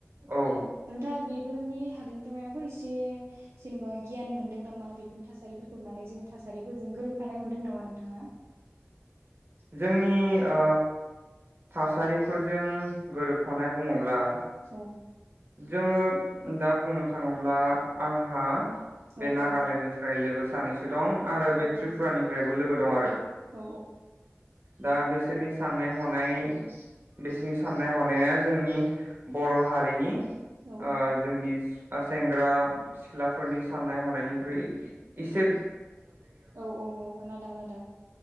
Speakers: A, on the right; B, on the right.
A: औ
B: नोंथाङा बिब बेफोरनि हादोरनिफ्राय मायबाफोर एसे जेन'बा गियान मोनदों नामा बेफोरनि थासारिफोरखौ नुनानै जोंनि थासारिफोरजों गोरोबफानाय मोनदों नामा नोंथाङा?
A: जोंनि ओ थासारिफोरजों गोरोबफानाय बुङोब्ला
B: औ।
A: जोङो दा बुंनो थाङोब्ला आंहा
B: औ
A: बे नागालेण्डनिफ्राय
B: औ
A: लोगो सानैसो दं आरो
B: औ
A: बे त्रिपुरानिफ्रायबो
B: औ
A: लोगो दं आरो।
B: औ
A: दा बिसोरनि साननाय हनाय बिसोरनि साननाय हनाया जोंनि बर' हारिनि
B: औ
A: ओ जोंनि ओ सेंग्रा सिख्लाफोरनि साननाय हनायनिख्रुइ इसे
B: औ औ औ आलादा आलादा।